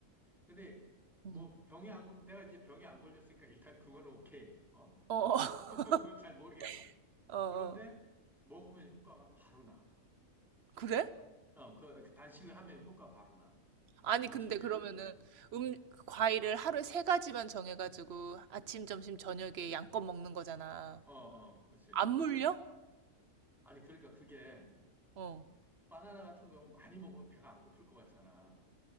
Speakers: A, in the centre; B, on the right (about 50°).
A: 근데
B: 응
A: 뭐 병이 안, 걸- 내가 이제 병이 안 걸렸으니까 일단 그거는 오케이. 어?
B: 어,
A: <laughs>
B: 어, <laughs>
A: 그건 잘 모르겠고.
B: 어. 어.
A: 그런데 먹으면 효과가 바로 나.
B: 그래?
A: 어, 그, 그 단식을 하면 효과 바로 나. 그것이
B: 아니,
A: 되게
B: 근데
A: 신기해.
B: 그러면은 음, 과일을 하루에 세 가지만 정해가지고 아침, 점심, 저녁에 양껏 먹는 거잖아.
A: 어, 어, 그렇지.
B: 안 물려?
A: 아니, 그러니까 그게
B: 어,
A: 바나나 같은 거 많이 먹으면 배가 안 고플 것 같잖아.